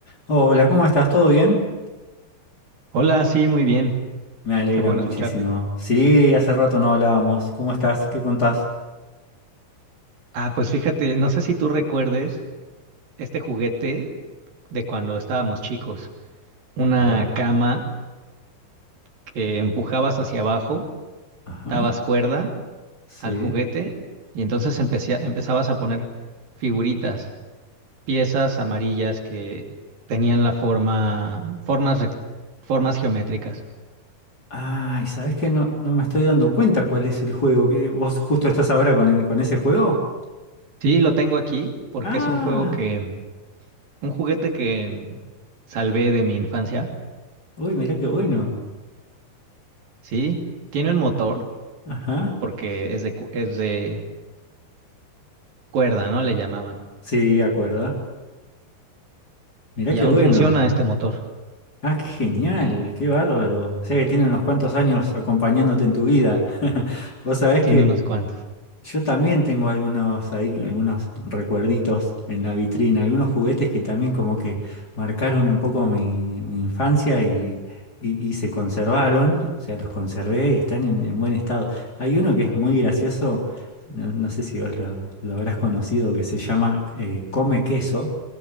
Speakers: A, on the left; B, on the right.
A: Hola, ¿cómo estás? ¿Todo bien?
B: Hola, sí, muy bien.
A: Me alegra
B: Qué bueno
A: muchísimo.
B: escucharte.
A: Sí, hace rato no hablábamos. ¿Cómo estás? ¿Qué contás?
B: Ah, pues fíjate, no sé si tú recuerdes este juguete de cuando estábamos chicos. Una
A: A ver.
B: cama que empujabas hacia abajo,
A: Ajá.
B: dabas cuerda
A: Sí.
B: al juguete y entonces empecía- empezabas a poner figuritas, piezas amarillas que tenían la forma, formas, rec- formas geométricas.
A: Ay, ¿sabés qué? No, no me estoy dando cuenta cuál es el juego. ¿Qué- ¿Vos justo estás ahora con, el- con ese juego?
B: Sí, lo tengo aquí porque
A: Ah,
B: es un juego que, un juguete que mm, salvé de mi infancia.
A: uy, mirá qué bueno.
B: Sí, tiene un motor
A: Ajá.
B: porque es de, cu- es de cuerda, ¿no? Le llamaban.
A: Sí, acuerda. Mirá
B: Y
A: qué
B: aún
A: bueno.
B: funciona este motor.
A: Ah, qué genial, qué bárbaro. O sea que tiene unos cuantos años acompañándote en tu vida. <laughs> Vos sabés
B: Tiene
A: que
B: unos cuantos.
A: Yo también tengo algunos ahí, algunos recuerditos en la vitrina, algunos juguetes que también como que marcaron un poco mi, mi infancia y, y- y se conservaron, o sea, los conservé y están en, en buen estado. Hay uno que es muy gracioso, no, no sé si vos lo, lo habrás conocido, que se llama eh, Come Queso